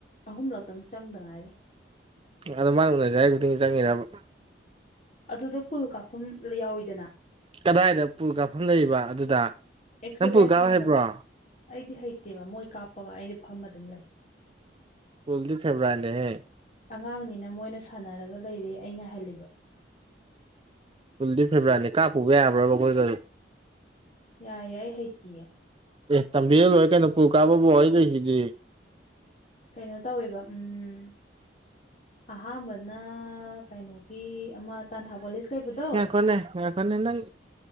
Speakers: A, on the left; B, on the right.
A: ꯑꯍꯨꯝꯂꯛꯇꯪ ꯆꯪꯗ ꯉꯥꯏꯔꯤ
B: ꯑꯗꯣ ꯃꯥꯅ ꯎꯅꯔꯁꯦ ꯑꯩ ꯈꯨꯗꯤꯡꯒꯤ ꯆꯪꯉꯤꯔꯕ
A: ꯑꯗꯨꯗ ꯄꯨꯜ ꯀꯥꯞꯐꯝ ꯌꯥꯎꯋꯤꯗꯅ
B: ꯀꯗꯥꯏꯗ ꯄꯨꯜ ꯀꯥꯞꯐꯝ ꯂꯩꯕ ꯑꯗꯨꯗ
A: ꯑꯦꯛꯁꯂꯦꯟꯁ
B: ꯅꯪ ꯄꯨꯜ ꯀꯥꯞꯕ
A: ꯃꯊꯛ
B: ꯍꯥꯏꯕ꯭ꯔꯣ
A: ꯑꯩꯗꯤ ꯍꯩꯇꯦꯕ ꯃꯣꯏ ꯀꯥꯞꯄꯒ ꯑꯩꯗꯤ ꯐꯝ ꯑꯗꯨꯝ ꯂꯩ
B: ꯀꯜꯗꯤ ꯐꯦꯕ꯭ꯔꯥꯅꯦꯍꯦ
A: ꯑꯉꯥꯡꯅꯤꯅ ꯃꯣꯏꯅ ꯁꯥꯟꯅꯔꯒ ꯂꯩꯔꯦ ꯑꯩꯅ ꯍꯜꯂꯤꯕ
B: ꯀꯨꯟꯗ ꯐꯦꯕꯋꯥꯔꯤꯅꯦ ꯀꯥꯞꯄꯨꯕ ꯌꯥꯕ꯭ꯔꯕ ꯃꯣꯏꯒꯁꯨ
A: ꯌꯥꯏꯦꯏ ꯍꯩꯇꯌꯦꯦ
B: ꯑꯦ ꯇꯝꯕꯤꯔ ꯂꯣꯏꯔꯦ ꯀꯩꯅꯣ ꯀꯨ ꯀꯥꯕꯕꯨꯣ ꯑꯩ ꯂꯩꯁꯤꯗꯤ
A: ꯀꯩꯅꯣ ꯇꯧꯋꯦꯕ ꯎꯝ ꯑꯍꯥꯥꯟꯕꯅ ꯀꯩꯅꯣꯒꯤ ꯑꯃ ꯇꯥꯟꯊꯥ ꯕꯣꯂꯦꯖ ꯂꯩꯕꯗꯣ
B: ꯍ ꯐꯅꯤ ꯅꯪ